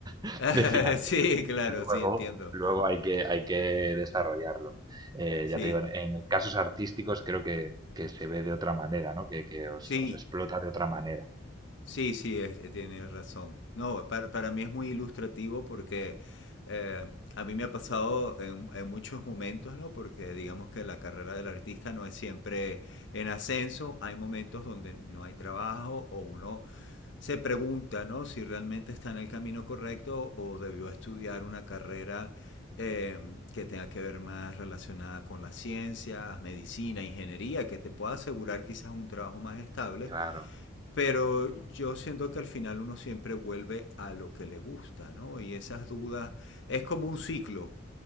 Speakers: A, on the right (about 20°); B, on the left (about 55°).
A: <laughs>
B: <laughs>
A: de financiero.
B: Sí, claro,
A: Luego,
B: sí, entiendo.
A: luego hay que, hay que desarrollarlo. Eh,
B: Sí,
A: ya te digo, en, en casos artísticos creo que, que se ve de otra manera, ¿no? Que, que os,
B: sí.
A: os explota de otra manera.
B: Sí, sí, es- eh, tienes razón. No, para, para mí es muy ilustrativo porque eh, a mí me ha pasado en, en muchos momentos, ¿no? Porque digamos que la carrera del artista no es siempre en ascenso. Hay momentos donde no hay trabajo o uno se pregunta, ¿no? Si realmente está en el camino correcto o debió estudiar una carrera eh, que tenga que ver más relacionada con las ciencias, medicina, ingeniería, que te pueda asegurar quizás un trabajo más estable
A: Claro.
B: pero yo siento que al final uno siempre vuelve a lo que le gusta, ¿no? Y esas dudas es como un ciclo.